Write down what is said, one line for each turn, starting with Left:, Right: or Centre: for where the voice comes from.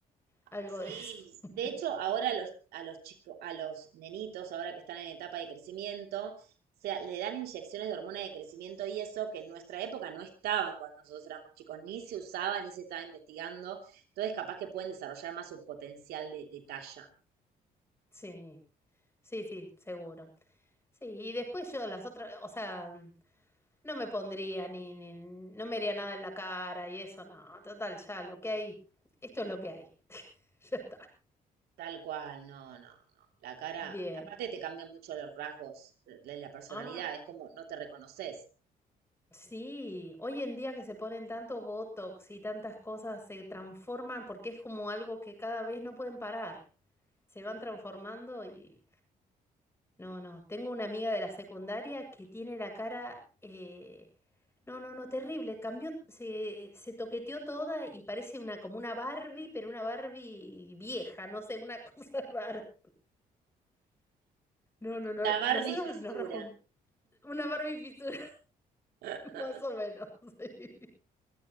Left: Algo
Right: Sí,
Left: de eso. <laughs>
Right: de hecho, ahora a los, a los chicos, a los nenitos, ahora que están en etapa de crecimiento, se, le dan inyecciones de hormona de crecimiento y eso que en nuestra época no estaban cuando nosotros éramos chicos, ni se usaba, ni se estaba investigando. Entonces, capaz que pueden desarrollar más su potencial de, de talla.
Left: Sí, sí, sí, seguro. Sí, y después yo las otras, o sea, no me pondría ni, ni, no me haría nada en la cara y eso, no, total, ya lo que hay, esto es lo que hay, <laughs> ya está.
Right: Tal cual, no, no, no. La cara,
Left: Bien.
Right: aparte te cambian mucho los rasgos de, de la personalidad,
Left: Ah,
Right: es como no te reconoces.
Left: sí, hoy en día que se ponen tanto botox y tantas cosas se transforman porque es como algo que cada vez no pueden parar, se van transformando y No, no. Tengo una amiga de la secundaria que tiene la cara... eh, No, no, no, terrible. Cambió, se, se toqueteó toda y parece una como una Barbie, pero una Barbie vieja, no sé, una <laughs> cosa rara. No, no, no.
Right: La Barbie
Left: Nosotros
Right: fisura.
Left: nos rejuntamos. Una Barbie fisura,
Right: <laughs>
Left: <laughs> más o menos. <laughs>